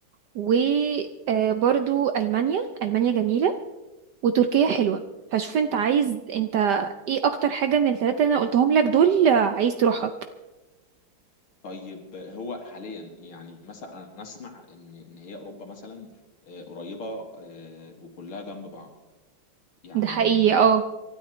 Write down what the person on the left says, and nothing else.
طيب هو حاليا يعني مثلا انا اسمع ان ان هي اوروبا مثلا آه، قريبه آه، وكلها جنب بعض يعني